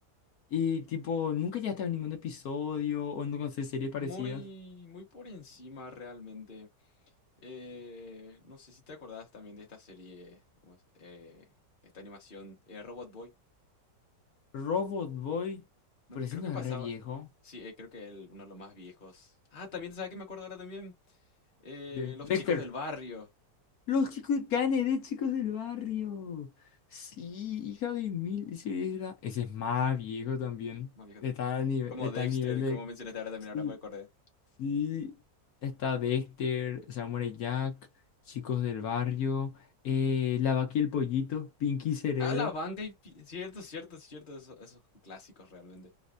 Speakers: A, on the left; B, on the left.
A: Y tipo, nunca ya estaba en ningún episodio o no sé series parecidas.
B: Muy, muy por encima realmente. Eh, no sé si te acordás también de esta serie, vamos, eh, esta animación, eh, Robot Boy.
A: Robot Boy,
B: No,
A: pero ese
B: creo
A: no
B: que pasaba.
A: es re viejo.
B: Sí, eh, creo que el- uno de los más viejos. Ah, también, ¿sabes qué me acuerdo ahora también? Eh,
A: De-
B: los
A: Dexter,
B: chicos del barrio.
A: los chicos de Kennedy, chicos del barrio. Sí, hija de mil. Ese, era- ese es más viejo también.
B: Más viejos.
A: Está
B: de-
A: al nivel,
B: Como
A: está
B: Dexter,
A: al nivel de.
B: como mencionaste ahora también,
A: Sí,
B: ahora me acordé.
A: sí. Está Dexter, Samurai Jack, chicos del barrio. Eh, la vaca y el pollito, Pinky y Cerebro.
B: Ah, la banca y... pi- Cierto, cierto, cierto. Esos, esos clásicos realmente.